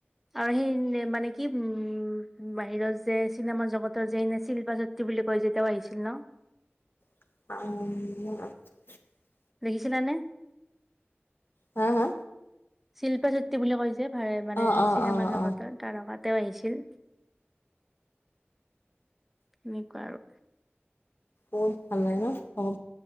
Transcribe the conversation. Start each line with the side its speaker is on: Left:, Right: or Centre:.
Centre: আৰু সেই মানে কি উম বাহিৰত যে চিনেমা জগত যেনে শিল্পা শত্ৰী বুলি কয় যে তেওঁ আহিছিল ন।
Left: উ!
Centre: দেখিছে নে?
Left: হা হা।
Centre: শিল্প চুতী বুলি কৈছে ভাল মানে
Left: অ', অ',
Centre: চিনেমা
Left: অ',
Centre: জগতৰ
Left: অ',
Centre: তাৰ লগত। তেওঁ আহিছিল। এনেকুৱা আৰু
Left: বহুত ভাল লাগে নব।